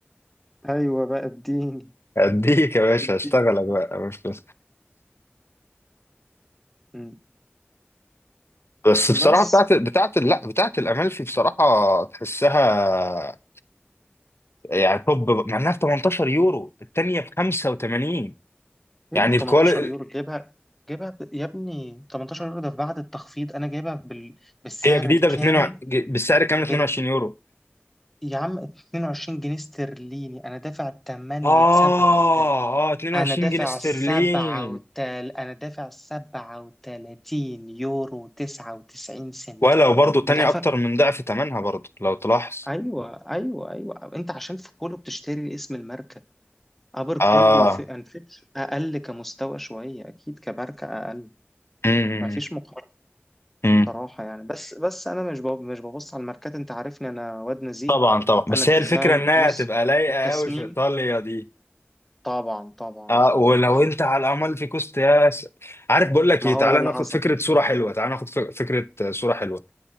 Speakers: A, in the centre; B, on the left.
A: ايوه بقى اديني
B: أديك يا باشا
A: اديني
B: أشتغلك بقى مش بس
A: مم.
B: بس بصراحة
A: بس
B: بتاعت بتاعت لا بتاعت الأمالفي بصراحة تحسها يعني طب مع إنها ب 18 يورو التانية ب 85
A: ايه
B: يعني
A: اللي ب 18
B: الكوالي
A: يورو جايبها جايبها ب- يا ابني 18 يورو ده بعد التخفيض انا جايبها بال... بالسعر
B: هي جديدة
A: الكامل
B: ب 2 بالسعر كامل
A: بت...
B: 22 يورو
A: يا عم 22 جنيه استرليني انا دافع 8
B: آه
A: 37
B: آه 22
A: انا دافع
B: جنيه استرليني
A: 37 انا دافع 37 يورو 99 سنت
B: ولو برضو تاني
A: انت عارفه
B: اكتر من ضعف تمنها برضو لو تلاحظ
A: ايوه ايوه ايوه انت عشان في بولو بتشتري اسم الماركه أبركرومبي
B: اه
A: وفي أند فيتش أقل كمستوى شوية أكيد كماركة أقل
B: امم
A: مفيش مقارنة
B: امم
A: بصراحة يعني بس بس أنا مش بب- مش ببص على الماركات أنت عارفني أنا واد نزيه
B: طبعا طبعا بس
A: أنا الديزاين
B: هي الفكره انها
A: بص
B: هتبقى لايقه
A: التصميم
B: قوي في ايطاليا دي
A: طبعا طبعا
B: اه
A: طبعا
B: ولو انت على امال في كوست يا س... عارف بقول لك
A: ما
B: ايه
A: هو
B: تعالى
A: ده اللي
B: ناخد
A: حصل
B: فكره صوره حلوه
A: آه.
B: تعالى ناخد فك- فكره آه، صوره حلوه